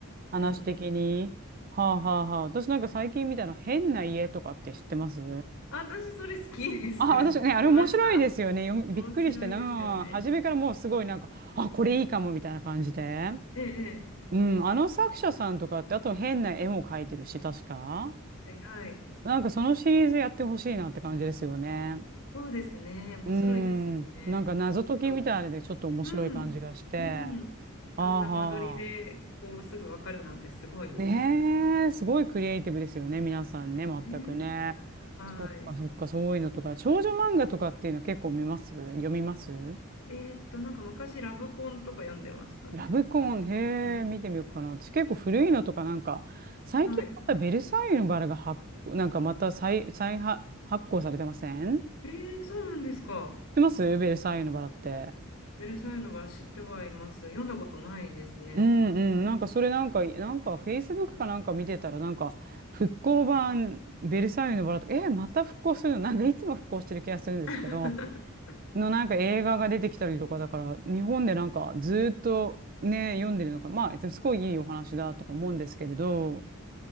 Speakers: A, on the right (about 40°); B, on the left (about 75°).
A: 話的に。
B: うん
A: はあはあはあ。私なんか最近見たの変な家とかって知ってます
B: あ私それ好きです。
A: あ、
B: <laughs>
A: 私ね、あれ面白いですよね。
B: 見ました。
A: よびっくりしてな。
B: 面白いですよね。
A: 初めからもうすごいなんか、あ、これいいかもみたいな感じで。
B: ええ、
A: うん、あの作者さんとかって、あと変な絵も描いてるし、確か。
B: ええはい、はい
A: なんかそのシリーズやってほしいなって感じですよね。
B: そうですね。面白いですよね。
A: うん、なんか謎解きみたいなのでちょっと面白い感じがして。
B: ちょっと、うん、うん。
A: あーはー。
B: あんな間取りでこうすぐわかるなんてすごいみたいな感じですね。
A: ねえ、すごいクリエイティブですよね、皆さんね、全くね。
B: ねえはい。
A: そっかそっか、そういうのとか。少女漫画とかっていうの結構見ます読みます
B: えーっと、なんか昔ラブコンとか読んでましたね。
A: ラブコン、
B: ラブコン。
A: へえ、見てみようかな。私結構古いのとかなんか、最近またベルサイユのバラが発行、
B: うんはい。
A: なんかまた再、再発、発行されてません知っ
B: えー、そうなんですか。
A: てますベルサイユのバラって。
B: ベルサイユのばら知ってはいます。読んだことないですね。
A: うんうん。なんかそれなんか、なんかフェイスブックかなんか見てたらなんか、復興版ベルサイユのバラとか、え、また復興するのなんかいつも復興してる気がするんですけど、
B: <laughs>
A: のなんか映画が出てきたりとかだから、日本でなんかずーっとね、読んでるのか、まあ、すごいいいお話だとか思うんですけれど、